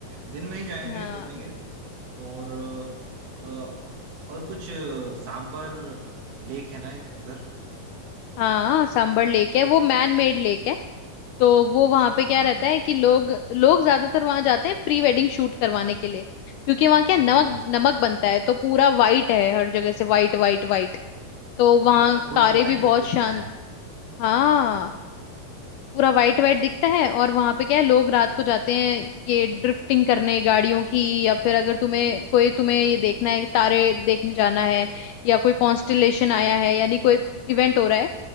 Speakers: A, on the right; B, on the left.
A: दिन में ही जाएंगे
B: हाँ
A: घूमेंगे और अ, और कुछ सांबर लेक है ना एक उधर
B: हाँ सांबर लेक है वो मैन मेड लेक है तो वो वहां
A: अच्छा
B: पे क्या
A: हाँ
B: रहता है कि लोग लोग ज्यादातर वहां जाते हैं प्री वेडिंग शूट करवाने के लिए क्योंकि वहां क्या
A: हम्म
B: नमक
A: हम्म
B: नमक बनता है तो पूरा वाइट है हर जगह से वाइट वाइट वाइट तो
A: अच्छा
B: वहां
A: अच्छा पूरा
B: तारे
A: व्हाइट
B: भी बहुत
A: दिखता
B: शान
A: है
B: हाँ पूरा वाइट वाइट दिखता है और वहां पे क्या है लोग रात को जाते हैं ये ड्रिफ्टिंग करने गाड़ियों की या फिर अगर तुम्हें कोई तुम्हें ये देखना है तारे देखने जाना है या कोई कॉन्स्टलेशन आया है यानी कोई इवेंट हो रहा है